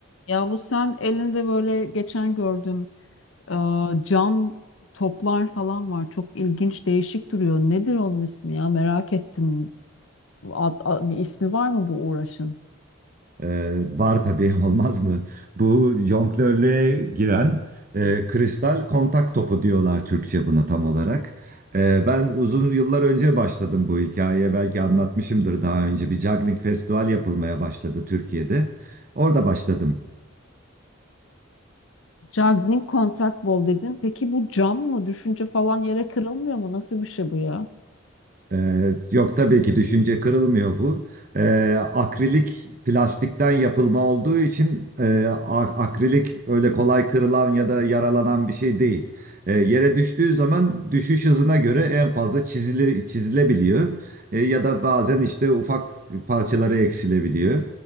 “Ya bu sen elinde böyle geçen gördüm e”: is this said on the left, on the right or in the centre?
Left